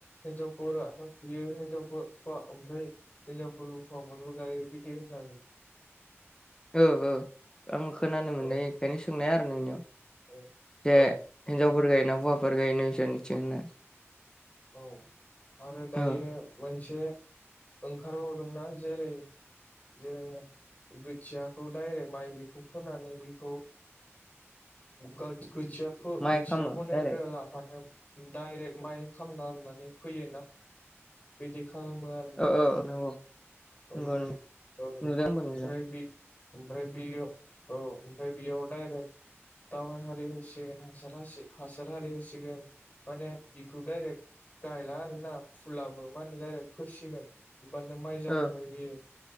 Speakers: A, on the left; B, on the left.
A: हिनजावफोरानो फुयो हिनजावफोर फुवा ओमफ्राय हिनजावफोरबो हौवाफोरबो गायो बिदि होननानै
B: ओ ओ आं खोनानो मोननाय
A: औ
B: खायनो सोंनाय आरो नोंनियाव
A: औ
B: जे
A: औ
B: हिनजावफोर गायोना हौवाफोर गायो नोंसोरनिथिं होनना
A: औ आरो दायो
B: औ
A: मोनसे ओंखारबावदोंना जेरै जे खोथियाखौ डाइरेक्ट माइलिखौ फोनानै बेखौ खोथिया खोथिया
B: माइ खामो
A: बानायनायग्रो
B: डाइरेक्ट
A: लाफानो दायरेक्ट माइ खामनानानै फैयोना बिदि खालामो आरो ना
B: ओ ओ नंगौ
A: ओमफ्राय
B: नंगौ नंगौ
A: औ
B: नुदों आंबो
A: ओमफ्राय
B: नुदों
A: बे ओमफ्राय बेयो औ ओमफ्राय बेयाव दायरेक्ट दावबाय हारि होसिगोन हासार हारि होसिगोन माने बे खौ डाइरेक्ट गायला आरोना फुलाबो मा होनो दाइरेक्ट फोसिगोन होमबानिया माइ जाखाबाय
B: ओ
A: बियो